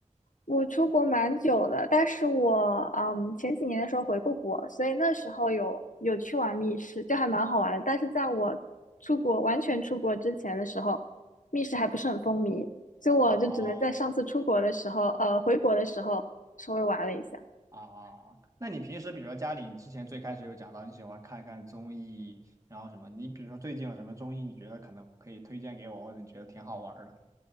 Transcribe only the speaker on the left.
我出国蛮久的，但是我嗯前几年的时候回过国，所以那时候有有去玩密室，就还蛮好玩的。但是在我出国完全出国之前的时候，密室还不是很风靡，所以我就只能在上次出国的时候，
呃回国的时候稍微玩了一下。